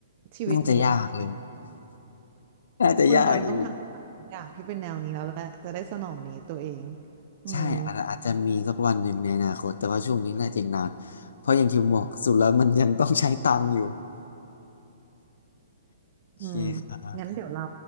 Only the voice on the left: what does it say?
น่าจะยากเลยน่าจะยากอยู่
ใช่อาจอาจจะมีสักวันหนึ่งในอนาคตแต่ว่าช่วงนี้น่าจะอีกนานเพราะอย่างที่ผมบอกสุดแล้วมันยังต้องใช้ตังค์อยู่ <laughs> โอเคครับ